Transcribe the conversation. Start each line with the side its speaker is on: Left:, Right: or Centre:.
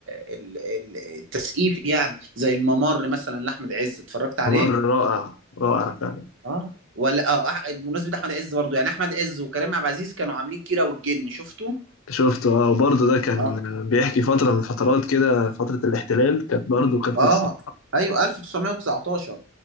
Right: ال- ال- التسقيف يعني زي الممر مثلا لاحمد عز اتفرجت عليه
Left: ممر رائع رائع فعلا
Right: اه ولا اه أح- بمناسبة احمد عز برضو يعني احمد عز وكريم عبد العزيز كانوا عاملين كيرة والجن شفته
Left: شفته اه وبرضه ده كان
Right: اه
Left: بيحكي فترة من فترات كده فترة الاحتلال كانت برضه كانت
Right: اه
Left: قصة
Right: ايوه 1919